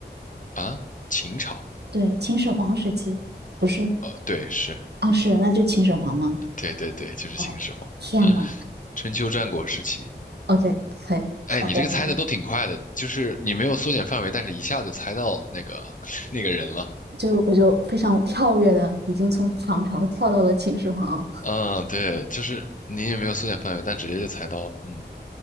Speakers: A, on the left (about 45°); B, on the right (about 65°).
A: 啊，秦朝，
B: 对，秦始皇时期，不是
A: 呃，对，是，
B: 啊，是，那就秦始皇吗？
A: 对对对，就是秦始皇，
B: 哦，天呐！
A: 春秋战国时期。
B: OK，可以，好的，
A: 哎，你这个猜的都挺快的，
B: 好的，
A: 就是你没有缩减范围，但是一下就猜到那个 <laughs> 那个人了。
B: 就我就非常跳跃的，已经从唐朝跳到了秦始皇了
A: 嗯，对，就是你也没有缩减范围，但直接就猜到了。嗯，